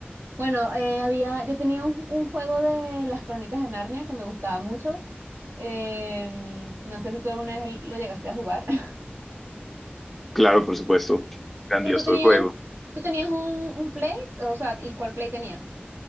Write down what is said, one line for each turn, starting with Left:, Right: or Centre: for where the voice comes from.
Right: Bueno, eh, había, yo tenía un, un juego de las Crónicas de Narnia que me gustaba mucho. Em, no sé si tú alguna vez lo llegaste a jugar, <laughs>
Centre: Claro, por supuesto, grandioso
Right: pero tú tenías,
Centre: el juego.
Right: tú tenías un, un Play, o sea, ¿y cuál Play tenías?